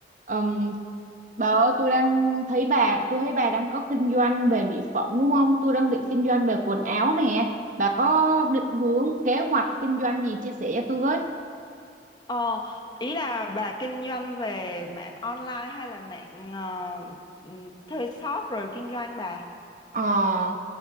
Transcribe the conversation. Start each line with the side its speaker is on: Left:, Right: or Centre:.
Right: Ừm, bà ơi tôi đang thấy bà tôi thấy bà đang có kinh doanh về mỹ phẩm đúng không? Tôi đang định kinh doanh về quần áo nè. Bà có định hướng kế hoạch kinh doanh gì chia sẻ cho tôi với?
Left: Ờ, ý là bà kinh doanh về mạng online hay là mạng ờ, ừm, thuê shop rồi kinh doanh bà?
Right: Ờ,